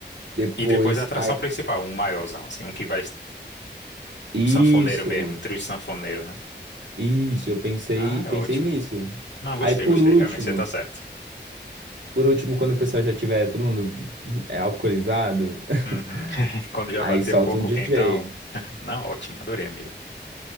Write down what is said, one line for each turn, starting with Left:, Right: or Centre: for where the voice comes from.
Right: Depois,
Left: E depois a atração
Right: aí,
Left: principal, um maiorzão, assim, um que vai
Right: isso.
Left: Um sanfoneiro mesmo, um trio de sanfoneiro, né?
Right: Isso, eu pensei,
Left: Ah, é
Right: pensei
Left: ótimo.
Right: nisso.
Left: Não, gostei,
Right: Aí por
Left: gostei.
Right: último,
Left: Realmente, você tá certo.
Right: por último, quando o pessoal já tiver todo mundo é, alcoolizado, <laughs>
Left: Uhum. <laughs> Quando já
Right: aí
Left: bater
Right: solta
Left: um pouco
Right: um DJ.
Left: o quentão. <laughs> Não, ótimo, adorei, amigo.